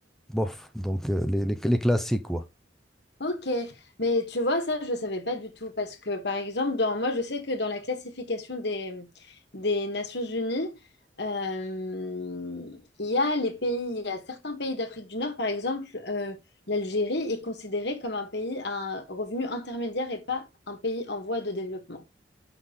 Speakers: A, in the centre; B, on the left (about 65°).
A: bof, donc euh, les, les- les classiques, quoi.
B: Ok, mais tu vois, ça, je ne savais pas du tout parce que, par exemple, dans, moi, je sais que dans la classification des, des Nations Unies, euh, il y a les pays, il y a certains pays d'Afrique du Nord, par exemple, euh, l'Algérie est considérée comme un pays à un revenu intermédiaire et pas un pays en voie de développement.